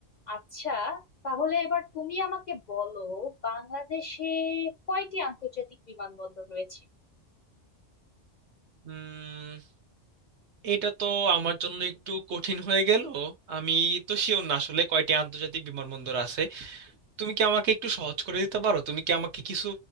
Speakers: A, on the left; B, on the right.
A: আচ্ছা তাহলে এবার তুমি আমাকে বলো বাংলাদেশে কয়টি আন্তর্জাতিক বিমানবন্দর রয়েছে
B: উম এটা তো আমার জন্য একটু কঠিন হয়ে গেল আমি তো শিওর না আসলে কয়টি আন্তর্জাতিক বিমানবন্দর আছে তুমি কি আমাকে একটু সহজ করে দিতে পারো তুমি কি আমাকে কিছু